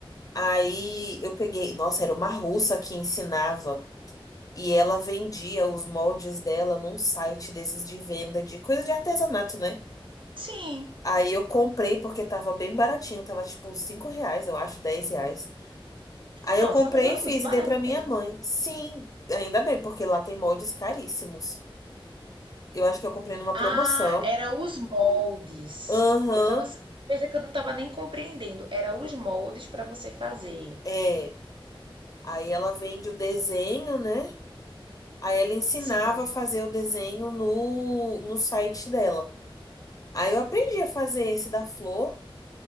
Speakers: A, on the left; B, on the right.
A: Aí eu peguei, nossa, era uma russa que ensinava e ela vendia os moldes dela num site desses de venda de coisa de artesanato, né?
B: Sim.
A: Aí eu comprei porque tava bem baratinho, tava tipo 5 reais, eu acho, 10 reais. Aí
B: Nossa,
A: eu comprei
B: mas era
A: e fiz
B: muito barato
A: e dei pra minha
B: mesmo.
A: mãe. Sim, ainda bem, porque lá tem moldes caríssimos. Eu acho que eu comprei numa
B: Ah,
A: promoção.
B: era os moldes.
A: Aham,
B: Eu tava. Veja que eu não tava nem compreendendo. Era os moldes para você fazer.
A: é. Aí ela vende o desenho, né? Aí ela ensinava
B: Sim,
A: a fazer o desenho no, no site dela. Aí eu aprendi a fazer esse da flor.